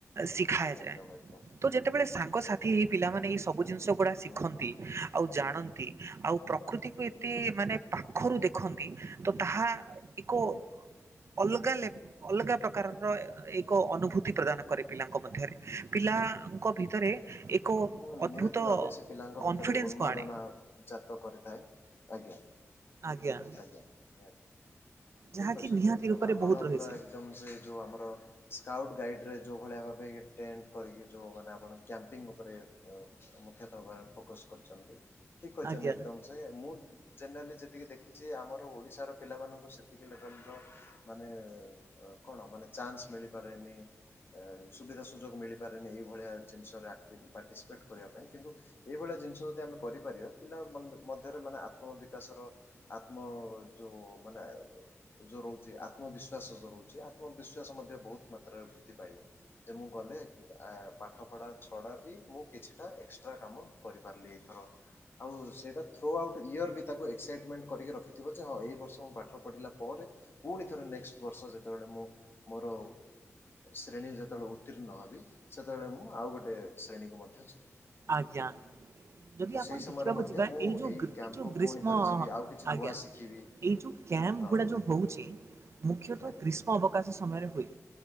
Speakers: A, on the right; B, on the left.
A: ଶିକ ଖାଯାଏ।
B: ଏକଦମ ଏକଦମ
A: ତ ଯେତେବେଳେ ସାଙ୍ଗସାଥି ହେଇ ପିଲାମାନେ ଏଇ ସବୁ ଜିନିଷ ଗୁଡ଼ା ଶିଖନ୍ତି,
B: ହୁଁ ହୁଁ
A: ଆଉ ଜାଣନ୍ତି, ଆଉ ପ୍ରକୃତିକୁ ଏତେ ମାନେ ପାଖରୁ ଦେଖନ୍ତି, ତ ତାହା ଏକ ଅଲଗା ଲେପ ଅଲଗା ପ୍ରକାରର ଅ ଏକ ଅନୁଭୂତି ପ୍ରଦାନ କରେ ପିଲାଙ୍କ ମଧ୍ୟରେ। ପିଲାଙ୍କ ଭିତରେ ଏକ
B: ହୁଁ
A: ଅଦ୍ଭୁତ
B: ନିହାତି ଭାବେ ସେ ପିଲାଙ୍କ ଭିତରେ
A: କନଫିଡେନ୍ସକୁ
B: ଉନ୍ମାଦନା
A: ଆଣେ।
B: ଜାତ କରିଥାଏ, ଆଜ୍ଞା।
A: ଆଜ୍ଞା।
B: ଆଜ୍ଞା, ନିହାତି।
A: ଯାହାକି
B: ଠିକ୍ ଅଛନ୍ତି
A: ନିହାତି
B: ଏକଦମ
A: ରୂପରେ
B: ଆପଣ
A: ବହୁତ ରହିଛି
B: ପୁରା ଏକଦମ ସେ ଯୋଉ ଆମର ସ୍କାଉଟ୍ ଗାଇଡରେ ଯୋଉ ଭଳିଆ ଭାବେ ଟେଣ୍ଟ କରିକି, ଯୋଉ ମାନେ ଆପଣ କ୍ୟାମ୍ପିଙ୍ଗ ଉପରେ ମୁଖ୍ୟତଃ ଭାବରେ ଫୋକସ କରୁଛନ୍ତି ଠିକ୍ କହିଛନ୍ତି
A: ଆଜ୍ଞା
B: ଏକଦମ ସେ, ମୁଁ ଜେନେରାଲି ଯେତିକି ଦେଖିଛି ଆମର ଓଡ଼ିଶାର ପିଲାମାନଙ୍କୁ ସେ <unintelligible> ମାନେ କଣ ମାନେ ଚାନ୍ସ ମିଳିପାରେନି ସୁବିଧା ସୁଯୋଗ ମିଳିପାରେନି ଏହିଭଳିଆ ଜିନିଷରେ ଆକ୍ଟିଭ ପାର୍ଟିସିପେଟ୍ କରିବା ପାଇଁ କିନ୍ତୁ ଏଇଭଳିଆ ଜିନିଷ ଯଦି ଆମେ କରିପାରିବା, ପିଲାମାନ ମଧ୍ୟରେ ମାନେ ଆତ୍ମବିକାଶର ଆତ୍ମ ଯୋଉ ମାନେ ଯୋଉ ରହୁଛି ଆତ୍ମବିଶ୍ୱାସ ଯୋଉ ରହୁଛି, ଆତ୍ମବିଶ୍ୱାସ ମଧ୍ୟ ବହୁତ ମାତ୍ରାରେ ବୃଦ୍ଧି ପାଇବ। ଯେ ମୁଁ ଗଲେ, ଆ ପାଠପଢ଼ା ଛଡ଼ା ବି ମୁଁ କିଛିଟା ଏକ୍ସଟ୍ରା କାମ କରିପାରିଲି ଏଇଥର। ଆଉ ସେଇଟା ଥ୍ରୋ ଆଉଟ୍ ଇୟର୍ ବି ତାକୁ ଏକ୍ସାଇଟମେଣ୍ଟ କରିକି ରଖିଥିବ ଯେ, ହଁ ଏଇ ବର୍ଷ ମୁଁ ପାଠ ପଢ଼ିଲା ପରେ, ପୁଣିଥରେ ନେକ୍ସଟ ବର୍ଷ ଯେତେବେଳେ ମୁଁ ମୋର ଶ୍ରେଣୀରେ ଯେତେବେଳେ ଉତ୍ତୀର୍ଣ୍ଣ ହେବି, ସେତେବେଳେ ମୁଁ ଆଉ ଗୋଟେ ଶ୍ରେଣୀକୁ ମଧ୍ୟ ଯିବି।
A: ଆଜ୍ଞା। ଯଦି
B: ତ
A: ଆପଣ
B: ସେଇ ସମୟରେ
A: ଦେଖିବାକୁ
B: ମଧ୍ୟ
A: ଯିବା
B: ମୁଁ
A: ଏଇ ଯୋଉ
B: କ୍ୟାମ୍ପକୁ
A: ଏଇ ଯୋଉ ଗ୍ରୀଷ୍ମ
B: ପୁଣି ଥରେ ଯିବି ଆଉ କିଛି
A: ଆଜ୍ଞା।
B: ନୂଆ ଶିଖିବି।
A: ଏଇ ଯୋଉ କ୍ୟାମ୍ପ
B: ହଁ
A: ଗୁଡା ଯୋଉ ହଉଛି, ମୁଖ୍ୟତଃ
B: ଆଜ୍ଞା
A: ଗ୍ରୀଷ୍ ଷ୍ମ ଅବକାଶ ସମୟରେ ହୁଏ।